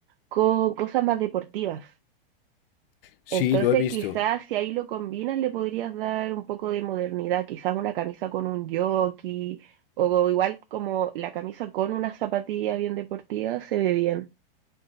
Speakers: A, on the right (about 70°); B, on the left (about 70°).
A: con cosas más deportivas.
B: Sí,
A: Entonces,
B: lo he visto.
A: quizás si ahí lo combinas, le podrías dar un poco de modernidad, quizás una camisa con un jockey, o igual como la camisa con unas zapatillas bien deportivas, se ve bien.